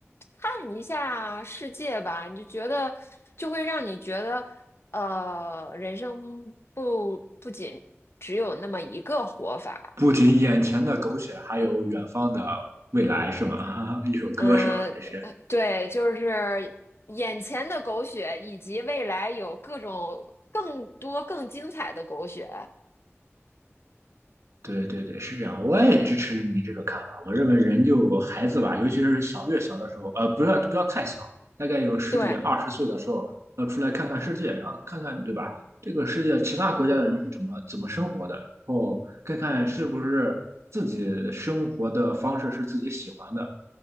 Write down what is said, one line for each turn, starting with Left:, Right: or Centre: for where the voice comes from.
Left: 看一下世界吧，你就觉得就会让你觉得，呃，人生不不仅只有那么一个活法，
Right: 不仅眼前的苟且，还有远方的未来，是吗？<laughs> 一首歌是吗？
Left: 嗯，
Right: 这些。
Left: 对，就是眼前的狗血，以及未来有各种更多更精彩的狗血。
Right: 对对对，是这样，我也支持你这个看法。我认为人就孩子吧，尤其是小越小的时候，呃，不要不要太小，大概有十几二十岁的时候，
Left: 对，
Right: 要出来看看世界，然后看看对吧？这个世界其他国家的人是怎么怎么生活的，然后看看是不是自己生活的方式是自己喜欢的，